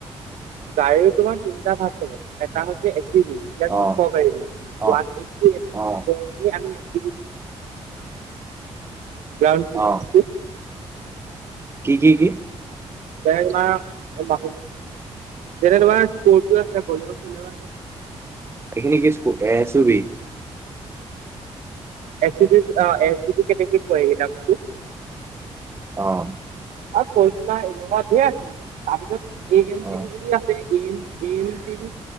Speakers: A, on the right (about 80°); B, on the right (about 20°).
A: গাড়ী তোমাৰ তিনটা ভাগ থাকে। এটা হৈছে এ চিবি যিবিলাক
B: অ
A: ওখ গাড়ীবিলাক ওৱান
B: অ
A: এইটি <unintelligible>
B: অ
A: গ্ৰাউণ্ড প্লেনছটো
B: অ কি কি কি?
A: বেৰমা এ মাকুম জেনে তোমাৰ কটো আছে বলেওছ ল
B: এইখিন কিছ এছুবি।
A: এ চি এ চি কেটেগৰীত পগেইটাামটো।
B: অ'।
A: আৰু ক ইনভা ধেৰ আছিল ম তাৰপিছত এ এম
B: অ
A: টিভি বুলি আছে। এন এনন্তি